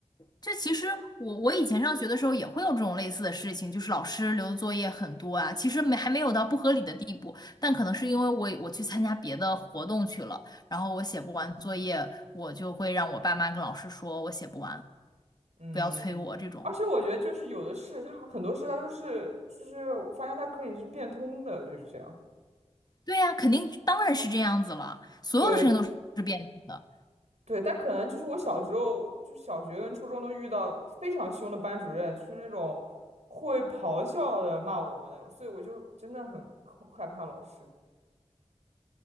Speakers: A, on the left; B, on the right.
A: 就其实我我以前上学的时候也会有这种类似的事情，就是老师留的作业很多啊，其实没还没有到不合理的地步，但可能是因为我我去参加别的活动去了，然后我写不完作业，我就会让我爸妈跟老师说我写不完，
B: 嗯。
A: 不要催我这种。
B: 而且我觉得就是有的事，它很多事他都是，就是我发现他可以是变通的，就是这样。
A: 对呀，肯定当然是这样子了，所有的事情都是变动的。
B: 对对，但可能就是我小时候，就小学跟初中都遇到非常凶的班主任，就是那种会咆哮的骂我们那种，所以我就真的很恐害怕老师。